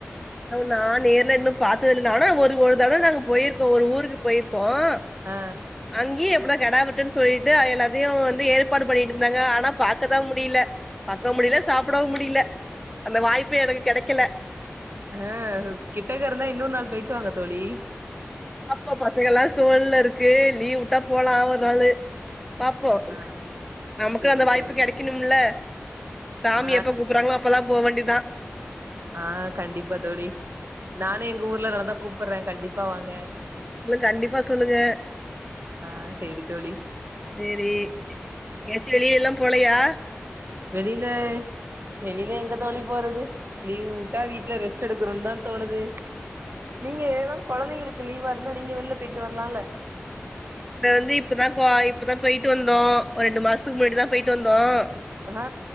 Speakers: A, in the centre; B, on the right (about 60°).
A: நான் நேர்ல இன்னும் பார்த்தது இல்ல ஆனா ஒரு ஒரு தடவை நாங்க போயிருக்கோம் ஒரு ஊருக்கு போயிருக் கோம்
B: ஆ
A: அங்கயே எ அ கடா விட்டுன்னு சொல்லிட்டு எல்லாத்தையும் வந்து ஏற்பாடு பண்ணிட்டு இருந்தாங்க ஆனா பாக்கதான் முடியல பாக்க முடியல சாப்பிடவும் முடியல அந்த வாய்ப்பு எனக்கு கெடக்கல
B: அஹ் கிட்டக்க இருந்தா இன்னொரு நாள் போய்ட்டு வாங்க தோழி
A: அப்ப பசங்கல்ல கோல்ல இருக்கு லீவுட்டா போலம் ஒரு நாளு பாப்போம்
B: ஆ
A: நமக்கு
B: சேரி
A: அந்த வாய்ப்பு
B: தோழி
A: கிடைக்கணும்ல சாமி
B: ஆ
A: எப்ப கூப்பிறாங்களோ அப்பதான் போ வேண்டிதான்
B: ஆஹ் கண்டிப்பா தோழி நானும் எங்க ஊர்ல நடந்தா கூப் பறேன் கண்டிப்பா வாங்க
A: இல்ல கண்டிப்பா சொல்லுங்க
B: ஆ சேரி தோழி
A: சேரி ஏசி வெளிய எல்லாம் போலையா
B: வெளியில வெளியில எங்க தோழி போறது லீவ் விட்டா வீட்டுல ரெஸ்ட் எடுக்கனும்னு தான் தோணுது நீங்க ஏதாம் குழந்தைங்களுக்கு லீவா இருந்தா நீங்க வெளில போயிட்டு வரலாம்ல
A: நா வந்து இப்பதான் கோ இப்பதான் போயிட்டு வந்தோம் ஒரு ரெண்டு மாசத்துக்கு முன்னாடிட்டு தான் போயிட்டு வந்தோம்
B: ஆ